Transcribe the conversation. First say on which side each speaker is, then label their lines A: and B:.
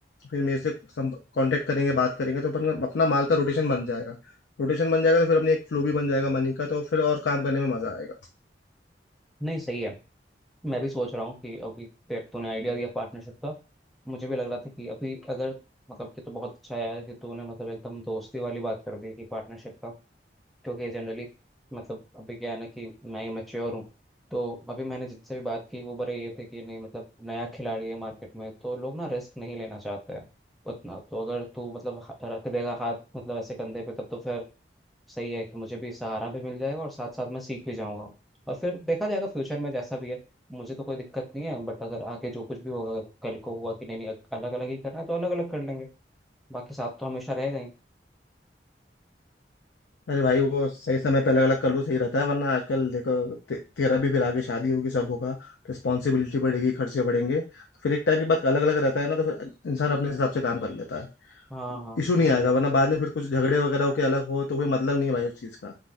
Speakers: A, on the left; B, in the centre.
A: फिर मेरे से कांटेक्ट करेंगे बात करेंगे तो अपन का- अपना माल का रोटेशन बन जाएगा रोटेशन बन जाएगा तो फिर अपनी एक फ्लो भी बन जाएगा मनी का तो फिर और काम करने में मजा आएगा
B: नहीं सही है मैं भी सोच रहा हूँ कि अभी तेरे तूने आइडिया दिया पार्टनरशिप का मुझे भी लग रहा था कि अभी अगर मतलब कि तो बहुत अच्छा है यार कि तूने मतलब एकदम दोस्ती वाली बात कर दी कि पार्टनरशिप का क्योंकि जनरली मतलब अभी क्या है ना कि मैं ही मैच्योर हूँ तो अभी मैंने जिनसे भी बात की वो बड़े ये थे कि नहीं मतलब नया खिलाड़ी है मार्केट में तो लोग ना रिस्क नहीं लेना चाहते हैं उतना तो अगर तू मतलब ह- रख देगा हाथ मतलब ऐसे कंधे पे तब तो फिर सही है कि मुझे भी सहारा भी मिल जाएगा और साथ साथ मैं सीख भी जाऊंगा और फिर देखा जाएगा फ्यूचर में जैसा भी है मुझे तो कोई दिक्कत नहीं है बट अगर आगे जो कुछ भी होगा अगर कल को हुआ कि नहीं नहीं अलग अलग ही करना है तो अलग अलग कर लेंगे बाकी साथ तो हमेशा रहेगा ही
A: अरे भाई वो सही समय पे अलग अलग कर लो सही रहता है वरना आजकल देखो ते, तेरा भी फिर आगे शादी होगी सब होगा रिस्पॉन्सिबिलिटी बढ़ेगी खर्चे बढ़ेंगे तो फिर एक टाइम के बाद अलग अलग रहता है ना तो फिर इंसान अपने हिसाब से काम कर लेता है
B: हाँ हाँ
A: इशू नहीं
B: नहीं
A: आएगा
B: मतलब
A: वरना बाद में फिर कुछ झगड़े वगैरह होके अलग हो तो कोई मतलब नहीं है भाई उस चीज़ का